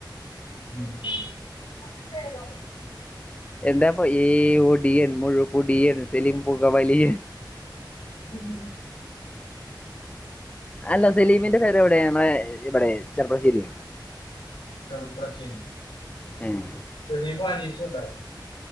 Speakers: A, on the left (about 85°); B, on the left (about 15°).
A: <inaudible>
B: എന്താപ്പൊ ഏ ഒടിയൻ എ മുഴു ഒടിയൻ <unintelligible> പുക വലി
A: ഉം
B: അല്ല സലീമിന്റെ പെര എവടെ നമ്മളെ ഇവിടെ ചെറുപ്പളശ്ശേരി
A: ചെറുപ്ലശ്ശേരി
B: ഏഹ്
A: സലീമും അനീഷും ണ്ടായിരുന്നു